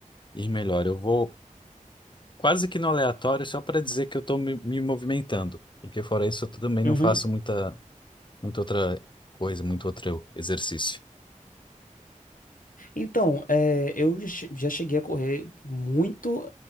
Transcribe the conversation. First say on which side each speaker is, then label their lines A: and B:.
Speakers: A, on the left; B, on the left.
A: ir melhor. Eu vou. quase que no aleatório, só para dizer que eu estou me, me movimentando, porque fora isso eu também não
B: Uhum.
A: faço muita, muita outra coisa, muito outro exercício.
B: Então, é, eu já che- já cheguei a correr muito